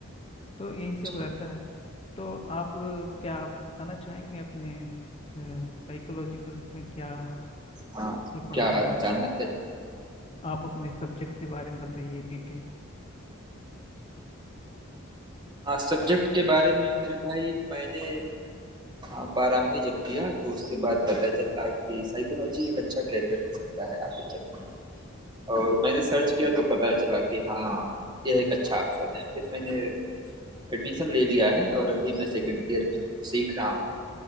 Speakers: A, on the left; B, on the right.
A: तो यही सब
B: जी
A: रहता है तो आप अ, क्या आप बताना चाहेंगे अपने साइकोलॉजिकल में क्या
B: हाँ
A: आपके पढ़ाई
B: क्या
A: के बारे
B: जानना
A: में
B: क्या
A: आप अपने सब्जेक्ट्स के बारे में बताइए डिटेल।
B: हाँ सब्जेक्ट के बारे में मेरे भाई मैंने हाँ, बारहवीं जब किया तो उसके बाद पता चला कि साइकोलॉजी एक अच्छा करियर हो सकता है आगे चल और मैंने सर्च किया तो पता चला कि हाँ यह एक अच्छा ऑप्शन है फिर मैंने एडमिशन ले लिया है और अभी मैं सेकेंड ईयर में हूँ सीख रहा हूँ